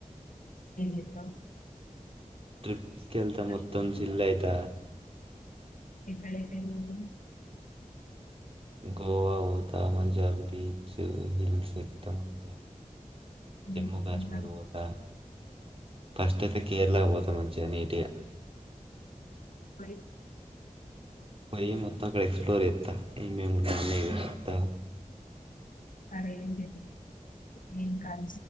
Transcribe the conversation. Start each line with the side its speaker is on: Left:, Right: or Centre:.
Left: ఏం చేద్దాం
Right: ట్రిప్స్ కి వెళ్తే
Left: కష్టపడుతుంది
Right: మొత్తం చిల్లు అయిత
Left: ఎక్కడెక్కడికి పోతాం
Right: గోవా పోతా మంచిగా బీచ్ హిల్స్ ఎక్కుతా మంచిగా జమ్మూ
Left: నేను
Right: కాశ్మీర్
Left: ఇంకా
Right: పోత ఫస్ట్ అయితే కేరళ పోదా మంచిగా నీట్ గా
Left: మరి
Right: పోయి మొత్తం అక్కడ ఎక్స్ప్లోర్ చేస్తా ఏమేమి ఉన్నాయో చూస్తా
Left: ఆరే ఏంలేదే ఏం కాదు